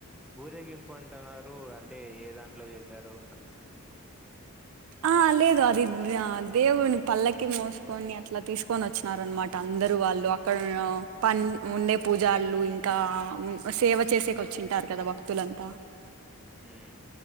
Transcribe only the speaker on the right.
ఆ లేదు అది ది దేవుడిని పళ్లకి మోసుకొని అట్లా తీసుకొని వచ్చినార అనమాట. అందరు వాళ్ళు అక్కడ పని ఉండే పూజలు ఇంకా సేవ చేసేకి వచ్చింటారు. కదా భక్తులంతా.